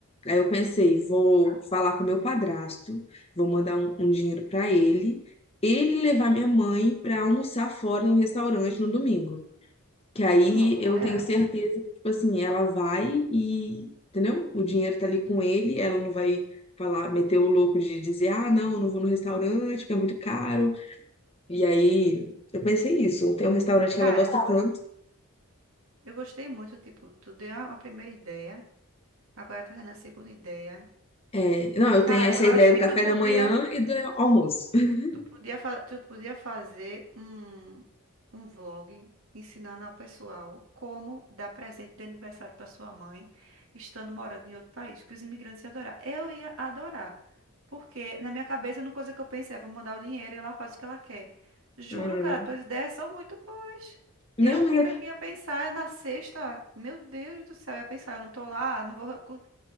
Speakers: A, on the left (about 25°); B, on the right (about 70°).
A: Aí eu pensei, vou falar com meu padrasto, vou mandar um, um dinheiro pra ele, ele levar minha mãe pra almoçar fora no restaurante no domingo. Que aí
B: É Uma boa
A: eu
B: ideia.
A: tenho certeza que, tipo assim, ela vai e, entendeu? O dinheiro tá ali com ele, ela não vai falar, meter o louco de dizer, ah, não, eu não vou no restaurante, porque é muito caro. E aí eu pensei isso, tem um restaurante que
B: Cara,
A: ela gosta tanto.
B: eu gostei muito, tipo, tu deu a a primeira ideia, agora tá dando a segunda ideia.
A: É, não, eu tenho
B: Cara,
A: essa
B: eu
A: ideia
B: acho que
A: do café
B: tu podia.
A: da manhã e do almoço. <laughs>
B: Tu podia, fa- tu podia fazer um, um vlog ensinando ao pessoal como dar presente de aniversário para sua mãe, estando morando em outro país, que os imigrantes iam adorar. Eu ia adorar, porque na minha cabeça, uma coisa que eu pensei é, vou mandar o dinheiro e ela faz o que ela quer. Juro,
A: Hum.
B: cara, tuas ideias são muito boas.
A: Não,
B: Eu nunca
A: mas é
B: que ia pensar na sexta. Meu Deus do céu, eu ia pensar, eu não tô lá, não vou... recu-